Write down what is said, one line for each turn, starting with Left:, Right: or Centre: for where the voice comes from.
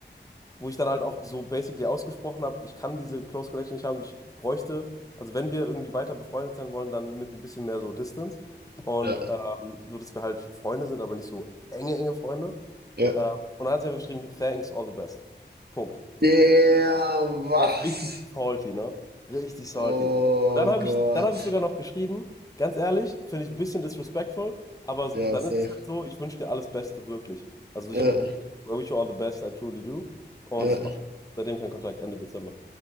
Left: wo ich dann halt auch so basically ausgesprochen habe, ich kann diese Close Connection nicht haben, ich bräuchte, also wenn wir irgendwie weiter befreundet sein wollen, dann mit ein bisschen mehr so Distance und
Right: ja,
Left: ähm, so, dass wir halt Freunde sind, aber nicht so enge, enge Freunde.
Right: ja.
Left: Äh, und dann hat sie einfach geschrieben, thanks, all the best. Punkt.
Right: Der was?
Left: Drauf richtig salty, ne? Richtig salty.
Right: Oh
Left: Und dann habe
Right: Gott.
Left: ich, dann habe ich sogar noch geschrieben, ganz ehrlich, finde ich ein bisschen disrespectful, aber
Right: Ja,
Left: dann
Right: safe.
Left: ist es halt so, ich wünsche dir alles Beste, wirklich. Also
Right: Ja,
Left: ich habe irgendwie, geschrieben, I wish you all the best, I truly do. Und
Right: ja.
Left: das war's. Seitdem kein Kontakt, Ende Dezember.